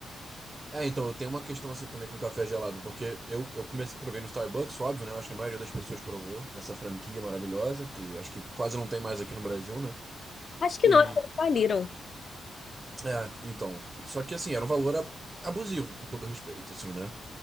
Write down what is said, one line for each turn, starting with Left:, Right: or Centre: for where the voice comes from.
Right: É, então, eu tenho uma questão assim também com café gelado, porque eu, eu comecei, provei no Starbucks, óbvio, né? Eu acho que a maioria das pessoas provou nessa franquia maravilhosa, que acho que quase não tem mais aqui no Brasil, né?
Left: Acho que
Right: E,
Left: não, acho que eles faliram.
Right: é, então, só que assim, era um valor ab- abusivo, com todo respeito, assim, né?